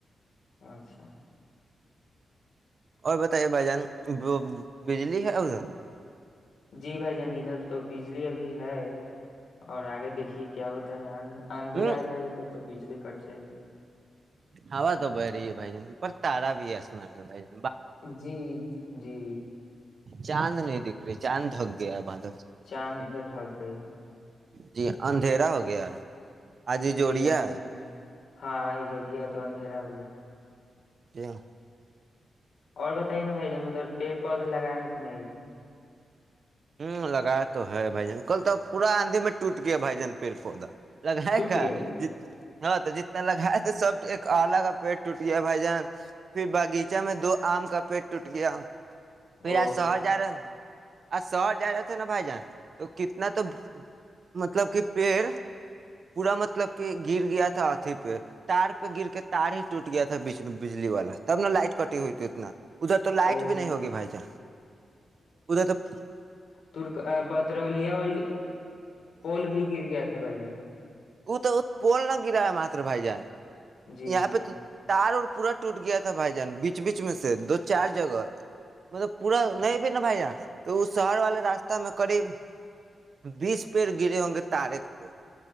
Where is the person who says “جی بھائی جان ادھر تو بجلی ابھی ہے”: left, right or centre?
Left